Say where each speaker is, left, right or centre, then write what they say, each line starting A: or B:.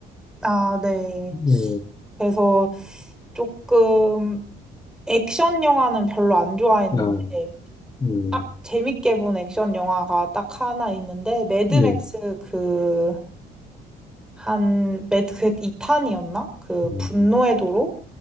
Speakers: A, in the centre; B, on the left (about 25°).
A: 아, 네.
B: 네,
A: 그래서 조금 액션 영화는 별로 안 좋아했는데
B: 아, 음,
A: 딱 재밌게 본 액션 영화가 딱 하나 있는데 매드맥스
B: 네,
A: 그 한 매드 그 2탄이었나? 그
B: 음,
A: 분노의 도로?